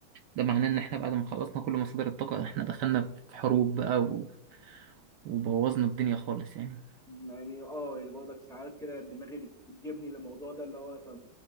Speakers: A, on the right (about 70°); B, in the centre.
A: ده معناه ان احنا بعد ما خلصنا كل مصادر الطاقة احنا دخلنا في حروب بقى و- وبوظنا الدنيا خالص يعني
B: يعني اه يعني برضك ساعات كده دماغي بت- بتجيبني للموضوع ده اللي هو طب